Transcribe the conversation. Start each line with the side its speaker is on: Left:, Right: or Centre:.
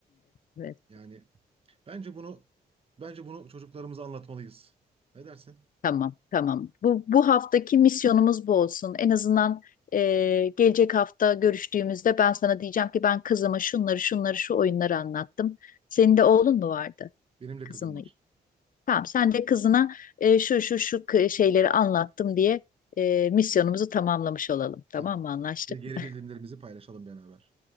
Left: Evet.
Right: Yani bence bunu bence bunu çocuklarımıza anlatmalıyız. Ne dersin?
Left: Tamam, tamam. Bu, bu haftaki misyonumuz bu olsun. En azından e, gelecek hafta görüştüğümüzde ben sana diyeceğim ki ben kızıma şunları, şunları, şu oyunları anlattım. Senin de oğlun mu vardı?
Right: Benim de
Left: Kızın
Right: kızım
Left: mıydı?
Right: var.
Left: Tamam, sen de kızına e, şu, şu, şu k- şeyleri anlattım diye e, misyonumuzu tamamlamış olalım. Tamam
Right: Tamam.
Left: mı? Anlaştık.
Right: Ve geri
Left: mı?
Right: bildirimlerimizi paylaşalım beraber.